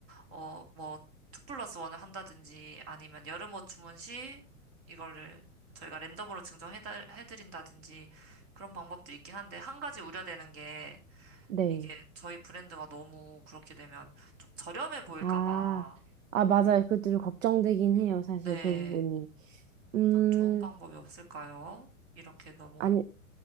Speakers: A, on the right; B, on the right.
A: 어 뭐 투 플러스 원을 한다든지 아니면 여름 옷 주문 시 이거를 저희가 랜덤으로 증정해 해드린다든지 그런 방법들이 있긴 한데 한 가지 우려되는 게
B: 네.
A: 이게 저희 브랜드가 너무 그렇게 되면 좀 저렴해 보일까
B: 아,
A: 봐.
B: 아, 맞아요. 그것도 좀 걱정되긴 해요. 사실
A: 네.
B: 그 부분이. 음,
A: 어떤 좋은 방법이 없을까요? 이렇게 너무
B: 아니,